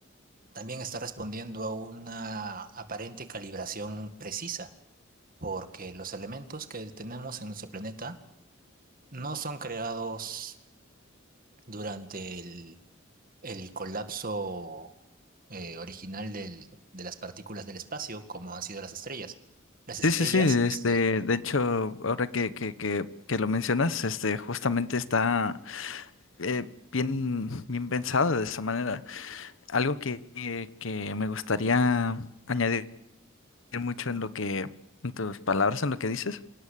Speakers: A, on the right; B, on the left.
A: también está respondiendo a una aparente calibración precisa, porque los elementos que tenemos en nuestro planeta no son creados durante el, el colapso eh, original del- de las partículas del espacio, como han sido las estrellas. Las estrellas,
B: Sí, sí, sí, este,
A: se-
B: de hecho, ahora que, que, que, que lo mencionas, este, justamente está eh, bien, bien pensado de esa manera. Algo que, que- que me gustaría añadir mucho en lo que, en tus palabras, en lo que dices,